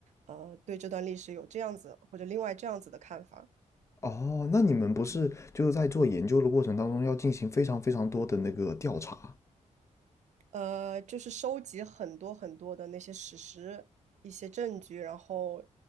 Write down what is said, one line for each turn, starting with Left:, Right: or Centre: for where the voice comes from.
Right: 呃对这段历史有这样子或者另外这样子的看法，
Left: 哦，那你们不是就是在做研究的过程当中要进行非常非常多的那个调查？
Right: 呃，就是收集很多很多的那些史实、一些证据，然后，